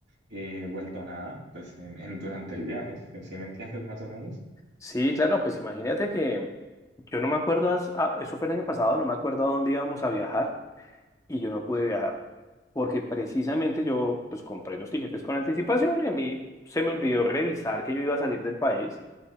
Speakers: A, on the right (about 80°); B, on the left (about 15°).
A: eh, vuelto nada, pues en, en- durante el viaje. ¿Sí me entiendes <laughs> más o menos?
B: Sí, claro, pues imagínate que yo no me acuerdo, as- ah, eso fue el año pasado, no me acuerdo a dónde íbamos a viajar y yo no pude viajar porque precisamente yo pues compré los tiquetes con anticipación y a mí se me olvidó revisar que yo iba a salir del país